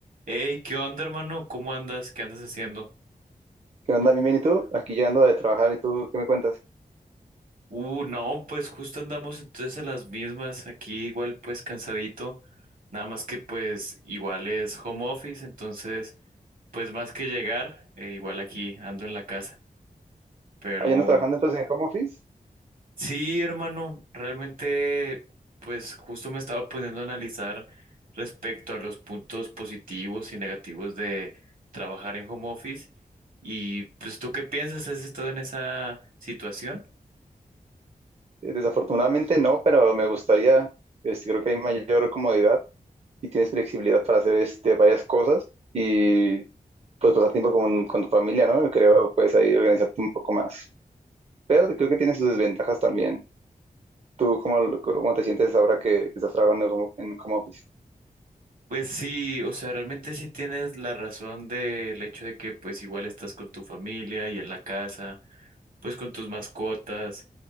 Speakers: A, on the right; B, on the right.
A: Hey, ¿qué onda, hermano? ¿Cómo andas? ¿Qué andas haciendo?
B: ¿Qué onda, bien, bien? ¿Y tú? Aquí llegando de trabajar, ¿y tú qué me cuentas?
A: Uh, no, pues justo andamos entonces en las mismas, aquí igual pues cansadito, nada más que pues igual es home office, entonces pues más que llegar, eh, igual aquí ando en la casa, pero
B: ¿Ah, ya andas trabajando entonces en home office?
A: sí, hermano, realmente pues justo me estaba poniendo a analizar respecto a los puntos positivos y negativos de trabajar en home office y pues ¿tú qué piensas? ¿Has estado en esa situación?
B: Eh, Desafortunadamente no, pero me gustaría, este, creo que hay mayor comodidad y tienes flexibilidad para hacer este, varias cosas y pues pasar tiempo con, con tu familia, ¿no? Creo, puedes ahí organizarte un poco más. Pero creo que tiene sus desventajas también. ¿Tú cómo, lo- cómo te sientes ahora que, que estás trabajando como- en home office?
A: Pues sí, o sea, realmente sí tienes la razón del hecho de que pues igual estás con tu familia y en la casa, pues con tus mascotas,